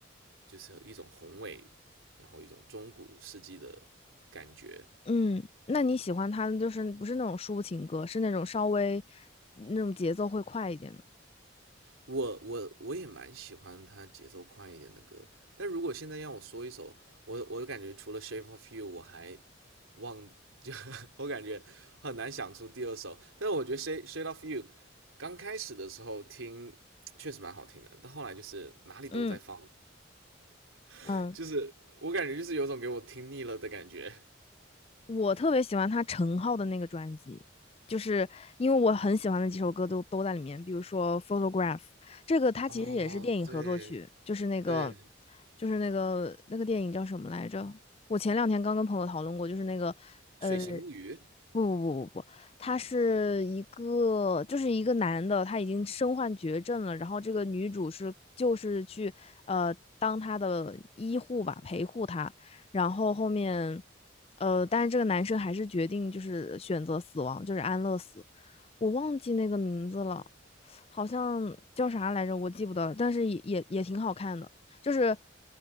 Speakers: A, on the right (about 85°); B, on the left (about 30°).
A: 就是一种宏伟，然后一种中古世纪的感觉。
B: 嗯，那你喜欢他的就是不是那种抒情歌，是那种稍微那种节奏会快一点的。
A: 我我我也蛮喜欢他节奏快一点的歌，但如果现在让我说一首，我我感觉除了《Shape of You》，我还忘就 <laughs> 我感觉很难想出第二首。但是我觉得《Shape Shape of You》刚开始的时候听确实蛮好听的，但后来就是哪里都在放
B: 嗯
A: <laughs>，
B: 嗯，
A: 就是我感觉就是有种给我听腻了的感觉。
B: 我特别喜欢他陈浩的那个专辑，就是因为我很喜欢的几首歌都都在里面，比如说《Photograph》，这个它其实也是电影合作曲，
A: 哦，对
B: 就是那个
A: 对，
B: 就是那个那个电影叫什么来着？我前两天刚跟朋友讨论过，就是那个呃
A: 《水形物语》
B: 不不不不不，他是一个，就是一个男的，他已经身患绝症了。然后这个女主是就是去呃当他的医护吧，陪护他。然后后面，呃，但是这个男生还是决定就是选择死亡，就是安乐死。我忘记那个名字了，好像叫啥来着，我记不得了。但是也也也挺好看的，就是